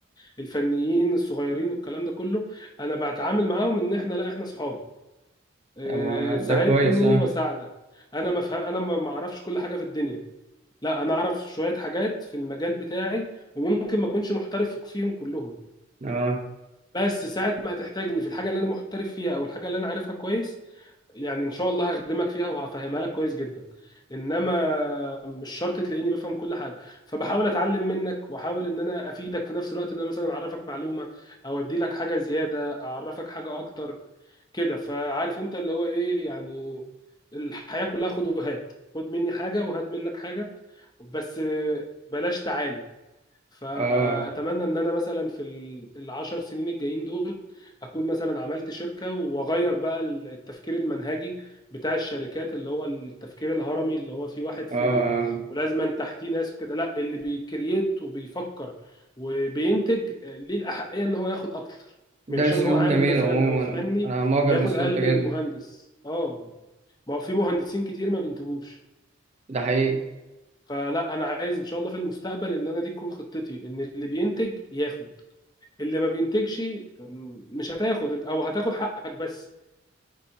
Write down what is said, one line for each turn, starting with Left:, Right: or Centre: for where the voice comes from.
Left: والفنيين الصغيرين والكلام ده كله انا بتعامل معاهم ان احنا لا احنا اصحاب أه،
Right: أما
Left: تساعدني
Right: ده كويس اه
Left: واساعدك انا ما فهم انا ما ما اعرفش كل حاجه في الدنيا لا انا اعرف شويه حاجات في المجال بتاعي وممكن ما اكونش محترف فيهم كلهم
Right: اه
Left: بس ساعة ما هتحتاجني في الحاجة اللي أنا محترف فيها أو الحاجة اللي أنا عارفها كويس يعني إن شاء الله هخدمك فيها وهفهمها لك كويس جدا إنما مش شرط تلاقيني بفهم كل حاجة فبحاول أتعلم منك وأحاول إن أنا أفيدك في نفس الوقت إن أنا مثلا أعرفك معلومة أو أدي لك حاجة زيادة أعرفك حاجة أكتر كده فعارف أنت اللي هو إيه يعني الحياة كلها خد وهات خد مني حاجة وهات منك حاجة بس بلاش تعالي فاتمنى
Right: اه
Left: ان انا مثلا في ال- العشر سنين الجايين دول اكون مثلا عملت شركه واغير بقى ال- التفكير المنهجي بتاع الشركات اللي هو التفكير الهرمي اللي هو في واحد
Right: اه
Left: فوق ولازما تحتيه ناس وكده لا اللي بيكرييت وبيفكر وبينتج ليه الاحقيه ان هو ياخد اكتر
Right: ده
Left: مش عشان
Right: اسلوب
Left: هو عامل
Right: جميل
Left: مثلا
Right: عموما
Left: او فني
Right: انا معجب
Left: ياخد
Right: بالاسلوب
Left: اقل
Right: ده جدا
Left: من المهندس اه ما هو في مهندسين كتير ما بينتجوش
Right: ده حقيقي
Left: فلا انا عايز ان شاء الله في المستقبل ان انا دي تكون خطتي ان اللي بينتج ياخد اللي ما بينتجش م- مش هتاخد انت- او هتاخد حقك بس